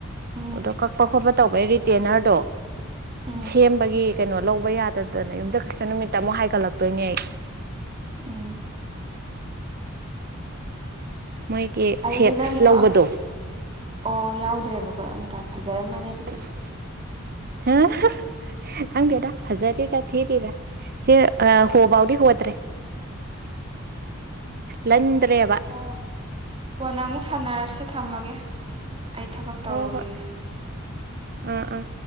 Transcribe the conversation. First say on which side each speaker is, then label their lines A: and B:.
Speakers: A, on the right; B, on the right.
A: ꯎꯝ
B: ꯑꯗꯣ ꯀꯛꯄ ꯈꯣꯠꯄ ꯇꯧꯕꯩ ꯔꯤꯇꯦꯟꯅꯔꯗꯣ
A: ꯎꯝ
B: ꯁꯦꯝꯕꯒꯤ ꯀꯩꯅꯣ ꯂꯧꯕ ꯌꯥꯗ ꯑꯗꯨꯅ ꯌꯨꯝꯖꯥꯀꯩꯁꯨ ꯅꯨꯃꯤꯠꯇ ꯑꯃꯨꯛ ꯍꯥꯏꯒꯠꯂꯛꯇꯣꯏꯅꯦ ꯑꯩ
A: ꯎꯝ
B: ꯃꯣꯏꯒꯤ
A: ꯑꯗꯨꯗꯤ
B: ꯁꯦꯠ
A: ꯅꯪꯒꯤꯗꯣ
B: ꯂꯧꯕꯗꯣ
A: ꯑꯝ ꯑꯣ ꯌꯥꯎꯗ꯭ꯔꯦꯕꯀꯣ ꯑꯝꯇ ꯐꯖꯔꯝꯃꯅꯤ ꯑꯗꯨꯗꯤ
B: <unintelligible> ꯈꯪꯗꯦꯗ ꯐꯖꯔꯤꯔ ꯊꯤꯔꯤꯔ ꯁꯤ ꯑꯥ ꯍꯣꯐꯥꯎꯗꯤ ꯍꯣꯗ꯭ꯔꯦ
A: <inaudible>
B: ꯂꯟꯗ꯭ꯔꯦꯕ
A: ꯑꯣ ꯀꯣꯟꯅ ꯑꯃꯨꯛ ꯁꯥꯟꯅꯔꯁꯦ ꯊꯝꯃꯒꯦ ꯑꯩ ꯊꯕꯛ ꯇꯧꯔꯨꯏ
B: ꯍꯣ ꯍꯣꯏ ꯑꯥ ꯑꯥ